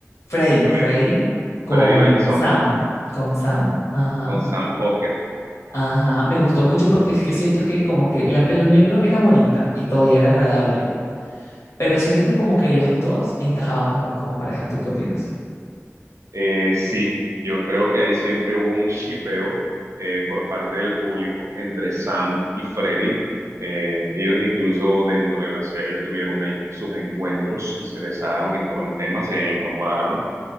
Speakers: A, on the left (about 70°); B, on the right (about 75°).
A: Freddy,
B: Freddy.
A: Freddy, con
B: Freddy Benson
A: Sam, con Sam, ajá,
B: con Sam Pocket.
A: ajá, me gustó mucho porque es que siento que como que la pelo negro era bonita y todavía era agradable. pero siento que como que ellos dos encajaban mejor como pareja. ¿Tú qué opinas?
B: Eh, sí, yo creo que ahí siempre hubo un shipeo eh, por parte del público entre Sam y Freddy. Eh, ellos incluso dentro de la serie tuvieron ahí pues sus encuentros y se besaron y todo el tema, se enamoraron.